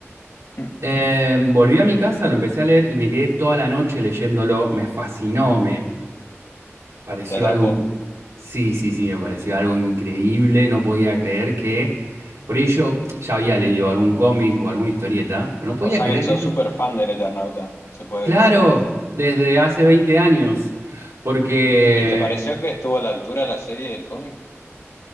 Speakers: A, on the left; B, on the right.
A: <laughs>
B: Eh, volví a mi casa, lo empecé a leer y me quedé toda la noche leyéndolo, me fascinó, me pareció
A: te atrapó.
B: algo, in- sí, sí, sí, me pareció algo increíble, no podía creer que, por ello ya había leído algún cómic o alguna historieta, pero no podía
A: O sea
B: creer
A: que sos
B: que
A: súper fan del Eternauta, se puede
B: Claro,
A: decir.
B: desde hace 20 años, porque,
A: ¿Y, que- y te pareció que estuvo a la altura la serie del cómic?